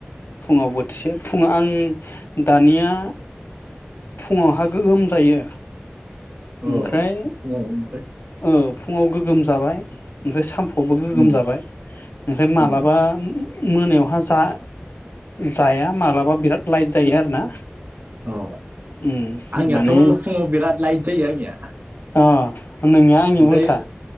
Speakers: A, on the left; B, on the right.
A: फुङाव बोथिसे फुङाव आं दानिया फुङावहा गोगोम जायो ओमफ्राय
B: औ औ ओमफ्राय
A: ओ फुङाव गोगोम जाबाय आमफ्राय साम खौबो गोगोम
B: उम
A: जाबाय ओमफ्राय मालाबा
B: उम
A: मोनायावहा जा जाया माब्लाबा बिराद लाइ जायो आरो ना
B: अ
A: उम
B: आंनियाथ'
A: माने
B: फुङाव बिराद लाइ जायो आंनिया
A: अ' नोंनिया आंनि
B: ओमफ्राय
A: उल्था